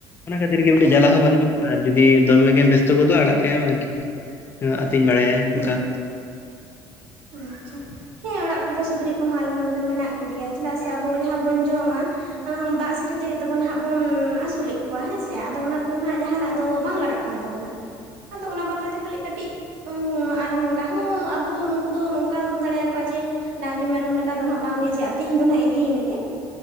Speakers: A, on the left (about 25°); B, on the right (about 85°).
A: ᱚᱱᱟ ᱠᱷᱟᱹᱛᱤᱨ ᱜᱮ ᱩᱱᱟᱹᱜ ᱡᱟᱞᱟ ᱦᱚᱸ ᱵᱟᱹᱱᱩᱜᱼᱟ ᱾ ᱟᱨ ᱡᱩᱫᱤ ᱫᱚᱢᱮ ᱜᱮᱢ ᱵᱮᱥᱛᱚ ᱜᱚᱫᱚᱜᱼᱟ ᱟᱲᱟᱜ ᱠᱟᱭᱟᱢ ᱟᱨᱠᱤ ᱾ <unintelligible> ᱟᱛᱤᱧ ᱵᱟᱲᱟᱭᱟᱭ ᱚᱱᱠᱟ
B: ᱦᱮᱸ
A: ᱾
B: ᱟᱪᱪᱷᱟ, ᱦᱮᱸ ᱚᱲᱟᱜ ᱠᱚᱨᱮ ᱫᱚ ᱥᱩᱠᱨᱤ ᱠᱚᱦᱚᱸ ᱟᱞᱮ ᱱᱚᱸᱰᱮ ᱫᱚ ᱢᱮᱱᱟᱜ ᱠᱚᱜᱮᱭᱟ ᱪᱮᱫᱟᱜ ᱥᱮ ᱟᱵᱚ ᱡᱟᱦᱟᱸ ᱵᱚᱱ ᱡᱚᱢᱟ ᱫᱟᱜ ᱥᱤᱴᱷᱟᱹ ᱛᱮᱜᱮ ᱛᱵᱚᱱ ᱦᱟᱸᱜ ᱵᱚᱱ ᱟᱹᱥᱩᱞᱮᱫ ᱠᱚᱣᱟ ᱦᱮᱸ ᱥᱮ? ᱟᱫᱚ ᱚᱱᱟ ᱨᱮᱫᱚ ᱱᱟᱦᱜ ᱡᱟᱦᱟᱱᱟᱜ ᱫᱚ ᱵᱟᱝ ᱞᱟᱜᱟᱜ ᱠᱟᱱ ᱛᱟᱵᱚᱱᱟ, ᱟᱫᱚ ᱚᱱᱟ ᱵᱟᱠᱷᱨᱟ ᱛᱮ ᱠᱷᱟᱹᱞᱤ ᱠᱟᱹᱴᱤᱡ ᱟᱨ ᱱᱚᱝᱠᱟ ᱦᱚᱸ ᱟᱵᱚ ᱫᱚ ᱩᱱᱠᱩ ᱫᱚ ᱱᱚᱝᱠᱟ ᱦᱚᱸᱵᱚᱱ ᱫᱟᱲᱮᱭᱟᱠᱚᱣᱟ ᱡᱮ ᱰᱟᱝᱨᱤ ᱢᱮᱨᱚᱢ ᱞᱮᱠᱟ ᱫᱚ ᱱᱟᱦᱜ ᱵᱟᱝᱜᱮ ᱡᱮ ᱟᱹᱛᱤᱧ ᱫᱚ ᱱᱟᱦᱜ ᱤᱫᱤᱭᱮ ᱢᱮᱜᱮ ᱾